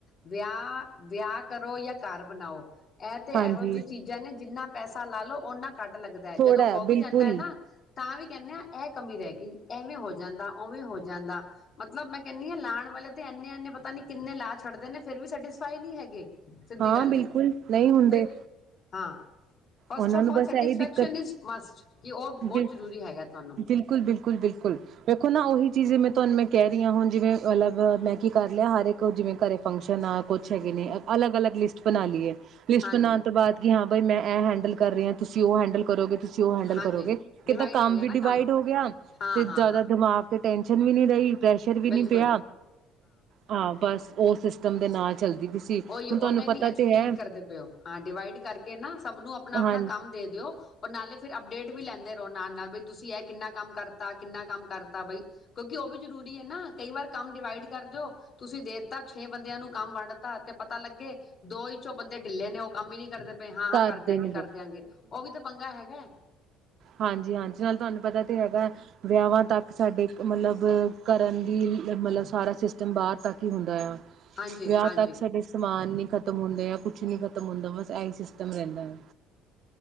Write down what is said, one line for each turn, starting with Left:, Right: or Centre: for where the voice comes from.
Left: ਵਿਆਹ, ਵਿਆਹ ਕਰੋ ਜਾਂ ਘਰ ਬਣਾਓ। ਇਹ ਤੇ
Right: ਹਾਂਜੀ
Left: ਇਹੋ ਜਿਹੀ ਚੀਜ਼ਾਂ ਨੇ ਜਿੰਨਾ ਪੈਸਾ ਲਾ ਲਓ ਉਹਨਾਂ ਘਟ ਲੱਗਦਾ ਹੈ,।
Right: ਥੋੜ੍ਹਾ
Left: ਜਦੋਂ ਹੋ ਵੀ
Right: ਬਿਲਕੁਲ
Left: ਜਾਂਦਾ ਹੈ ਨਾ ਤਾਂ ਵੀ ਕਹਿੰਦੇ ਇਹ ਕਮੀ ਰਹਿ ਗਈ ਐਵੇਂ ਹੋ ਜਾ ਜਾਂਦਾ ਉਵੇਂ ਹੋ ਜਾਂਦਾ ਮਤਲਬ ਮੈਂ ਕਹਿੰਦੀ ਹਾਂ ਲਾਉਣ ਵਾਲੇ ਤੇ ਇੰਨੇ-ਇੰਨੇ ਪਤਾ ਨੀ ਕਿੰਨੇ ਲਾ ਛੱਡਦੇ ਨੇ ਫੇਰ ਵੀ ਸੈਟਿਸਫਾਈ ਨਹੀਂ ਹੈਗੇ ਸਿੱਧੀ
Right: ਹਾਂ
Left: ਗੱਲ
Right: ਬਿਲਕੁਲ
Left: ਹੈ।
Right: ਨਹੀਂ ਹੁੰਦੇ
Left: ਫਿਰ ਹਾਂ। ਫਸਟ
Right: ਉਹਨਾਂ
Left: ਆਫ
Right: ਨੂੰ
Left: ਆਲ
Right: ਬਸ
Left: ਸੈਟਿਸਫੈਕਸ਼ਨ
Right: ਇਹੀ ਦਿੱਕਤ
Left: ਇਜ਼ ਮਸਟ ਕਿ ਉਹ ਬਹੁਤ
Right: ਬਿਲ
Left: ਜ਼ਰੂਰੀ ਹੈਗਾ ਤੁਹਾਨੂੰ।
Right: ਬਿਲਕੁਲ ਬਿਲਕੁਲ ਬਿਲਕੁਲ ਵੇਖੋ ਨਾ ਉਹੀ ਚੀਜ਼ ਜਿਵੇਂ ਤੁਹਾਨੂੰ ਮੈਂ ਕਹਿ ਰਹੀ ਹਾਂ ਹੁਣ ਜਿਵੇਂ ਅਲਗ ਮੈਂ ਕੀ ਕਰ ਲਿਆ ਹਰ ਇੱਕ ਜਿਵੇਂ ਘਰ ਫੰਕਸ਼ਨ ਆ ਕੁਛ ਹੈਗੇ ਨੇ ਅਲੱਗ -ਅਲੱਗ ਲਿਸਟ ਬਣਾ ਲਈਏ। ਲਿਸਟ
Left: ਹਾਂਜੀ
Right: ਬਣਾਨ ਤੋਂ ਬਾਅਦ ਕੀ ਹਾਂ ਬਈ ਮੈਂ ਇਹ ਕੀ ਕਰ ਰਹੇ ਹਾਂ ਤੁਸੀਂ ਉਹ ਹੈਂਡਲ ਕਰੋਗੇ ਤੁਸੀਂ ਔ ਹੈਂਡਲ
Left: ਹਾਂਜੀ
Right: ਕਰੋਗੇ। ਕਿਤੇ
Left: ਡਿਵਾਈਡ
Right: ਕੰਮ
Left: ਹੋ ਗਿਆ
Right: ਵੀ
Left: ਨਾ
Right: ਡਿਵਾਈਡ ਹੋ ਗਿਆ।
Left: ਹਾਂ
Right: ਤੇ ਜਿਆਦਾ
Left: ਹਾਂ ਹਾਂ
Right: ਦਿਮਾਗ ਤੇ ਟੈਨਸ਼ਨ ਵੀ ਨਹੀਂ ਪ੍ਰੈਸਰ ਵੀ
Left: ਬਿਲਕੁਲ
Right: ਨਹੀਂ ਪਿਆ ਹਾਂ ਬਸ ਔ ਸਿਸਟਮ ਤਮ ਦੇ ਨਾਲ ਚੱਲਦੀ ਵੀ ਸੀ ਹੁਣ
Left: ਉਹੀ ਉਹਨਾ
Right: ਤੁਹਾਨੂੰ
Left: ਹੀ
Right: ਪਤਾ
Left: ਨੀ ਐ
Right: ਤੇ ਹੈ
Left: ਠੀਕ ਕਰਦੇ ਪਏਓ ਹਾਂ ਡਿਵਾਈਡ ਕਰਕੇ ਨਾ ਸਭ ਨੂੰ ਆਪਣਾ -ਆਪਣਾ
Right: ਹਾਂ
Left: ਕੰਮ ਦੇ ਦਿਓ ਔਰ ਨਾਲੇ ਫਿਰ ਅਪਡੇਟ ਵੀ ਲੈਂਦੇ ਰਹੋ ਨਾਲ -ਨਾਲ ਬਈ ਤੁਸੀਂ ਇਹ ਕਿੰਨਾ ਕੰਮ ਕਰਤਾ, ਕਿੰਨਾ ਕੰਮ ਕਰਤਾ ਬਈ ਕਿਉਂਕਿ ਉਹ ਵੀ ਜਰੂਰੀ ਹੈ ਨਾ ਕਈ ਵਾਰ ਕੰਮ ਡਿਵਾਈਡ ਕਰ ਦਿਓ ਤੁਸੀਂ ਦੇਤਾ ਛੇ ਬੰਦਿਆਂ ਨੂੰ ਕੰਮ ਵੰਡ ਤਾ ਤੇ ਪਤਾ ਲੱਗੇ ਦੋ ਈਚੋ ਬੰਦੇ ਢਿੱਲੇ ਨੇ ਉਹ ਕੰਮ ਹੀ ਨੀ ਕਰਦੇ ਹਾਂ, ਹਾਂ
Right: ਘਰ
Left: ਕਰ ਦਿਆਂਗੇ
Right: ਦੇ ਨੇ
Left: ਕਰ ਦਿਆਂਗੇ ਉਹ ਵੀ ਤੇ ਪੰਗਾ ਹੈਗਾ ਹੈ।
Right: ਹਾਂਜੀ, ਹਾਂਜੀ ਨਾਲ ਤੁਹਾਨੂੰ ਪਤਾ ਤਾਂ ਹੈਗਾ, ਵਿਆਹਾਂ ਤੱਕ ਸਾਡੇ ਮਤਲਬ ਕਰਨ ਦੀ ਮਤਲਬ ਸਾਰਾ ਸਿਸਟਮ ਬਾਹਰ ਤੱਕ ਹੀ ਹੁੰਦਾ ਆ।
Left: ਹਾਂਜੀ
Right: ਵਿਆਹ
Left: ਹਾਂਜੀ
Right: ਤੱਕ ਸਾਡੇ ਸਮਾਨ ਨੀ ਖਤ ਖਤਮ ਹੁੰਦੇ ਆ ਕੁਛ ਨੀ ਖਤਮ ਹੁੰਦਾ ਬਸ ਇਹੀ ਸਿਸਟਮ ਰਹਿੰਦਾ ਹੈ।